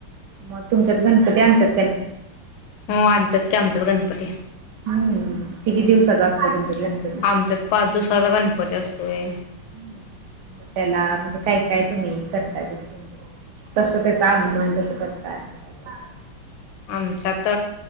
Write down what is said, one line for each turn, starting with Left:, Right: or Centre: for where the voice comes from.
Right: म तुमच्यात गणपती आणत्यात?
Left: हो आणत्यात की आमच्यात गणप पती.
Right: हम्म किती
Left: हम्
Right: दिवसाचा असतो तुमच्यात गणपती
Left: आमच्यात पाच दिवसाचा गणपती असतोय.
Right: हम्म. मग त्याला म्हणजे काय काय तुम्ही करताय त्याची म्हजे कसं त्याचं आगमन कस करताय काय करताय
Left: आमच्यात